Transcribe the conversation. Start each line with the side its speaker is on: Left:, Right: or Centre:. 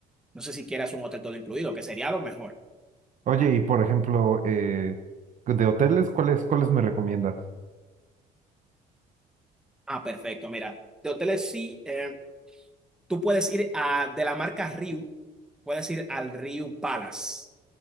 Centre: No sé si quieras un hotel todo incluido, que sería lo mejor.
Right: Oye, y por ejemplo, eh, de hoteles, ¿cuáles, cuáles me recomiendas?
Centre: Ah, perfecto. Mira, de hoteles sí, eh, tú puedes ir a, de la marca Riu, puedes ir al Riu Palace.